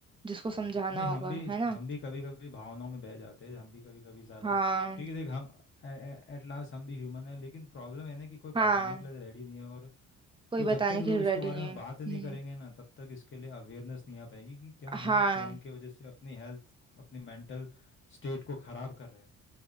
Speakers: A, on the right; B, on the left.
A: जिसको समझाना
B: हम्म, नहीं हम
A: होगा
B: भी
A: है ना
B: हम भी कभी कभी भावनाओं में बह जाते हैं हम भी कभी कभी ज़्यादा
A: हाँ
B: क्योंकि देख हम एट लास्ट हम भी ह्यूमन है लेकिन प्रॉब्लम है ना कि कोई
A: हाँ
B: बताने के लिए रेडी नहीं है और
A: कोई
B: तो
A: बताने
B: जब तक लोग
A: के लिए
B: इसके
A: रेडी
B: बारे
A: नहीं
B: में
A: है
B: बात
A: हम्म
B: नहीं करेंगे ना तब तक इसके लिए अवेयरनेस नहीं आ पाएगी कि क्या हम
A: हाँ
B: फ़ोन की वजह से अपनी हेल्थ अपनी मेंटल स्टेट को ख़राब कर रहे हैं